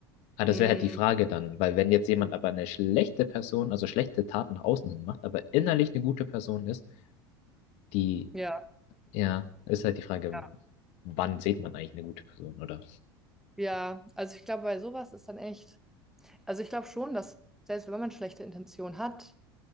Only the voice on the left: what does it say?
Ah, das
wäre halt die Frage dann, weil wenn jetzt jemand aber eine schlechte Person, also schlechte Taten nach außen hin macht, aber innerlich eine gute Person ist, die
Ja, ist halt die Frage,
wann sieht man eigentlich eine gute Person, oder?